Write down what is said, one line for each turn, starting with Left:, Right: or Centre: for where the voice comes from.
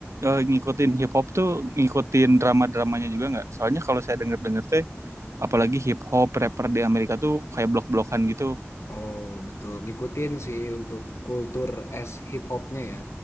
Right: eh, ngikutin hip hop tuh ngikutin drama-dramanya juga nggak? Soalnya kalau saya denger-denger teh apalagi hip hop rapper di Amerika tuh kayak blok-blokan gitu.
Left: Oh, betul. Ngikutin sih untuk kultur es hip hopnya ya.